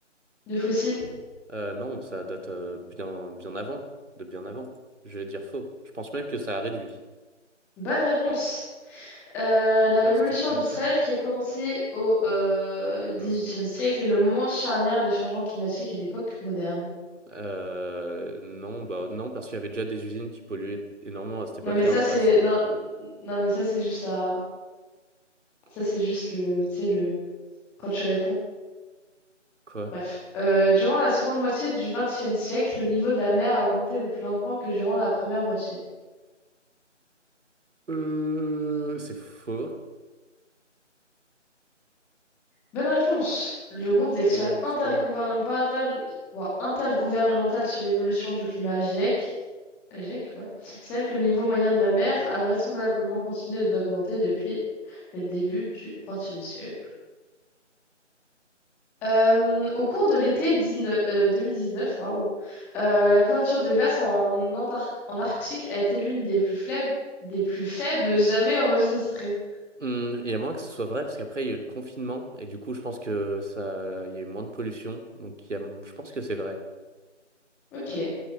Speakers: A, in the centre; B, on the right.
A: De fossiles?
B: Euh, non, ça date euh, bien, bien avant, de bien avant. Je vais dire faux. Je pense même que ça a réduit.
A: Bonne réponse. Euh, la
B: Masterclass.
A: révolution industrielle qui a commencé au euh, 18e
B: Euh,
A: siècle est le moment charnière des changements climatiques à l'époque moderne.
B: euh, non, bah non, parce qu'il y avait déjà des usines qui polluaient énormément à cette époque-là.
A: Non mais ça
B: En
A: c'est
B: vrai, c'est
A: non, non mais ça c'est juste la ça c'est juste le tu sais le quand tu réponds.
B: quoi?
A: Bref. Euh, durant la seconde moitié du 20 siècle, le niveau de la mer a augmenté le plus lentement que durant la première moitié.
B: Euh, c'est faux.
A: Bonne réponse. Le groupe d'experts
B: Let's
A: intergouvernemental,
B: go.
A: ouah, intergouvernemental sur l'évolution du climat, GIEC, GIEC, ouais. Celle que le niveau moyen de la mer a vraisemblablement continué d'augmenter depuis le début du XXe siècle. Euh, au cours de l'été 19 euh, 2019, waouh, euh, la couverture de glace en, Antar- en Arctique a été l'une des plus faibles, des plus faibles jamais enregistrées.
B: Hum, Il y a moins que ce soit vrai parce qu'après il y a eu le confinement et du coup je pense que ça, il y a eu moins de pollution donc il y a, je pense que c'est vrai.
A: Ok,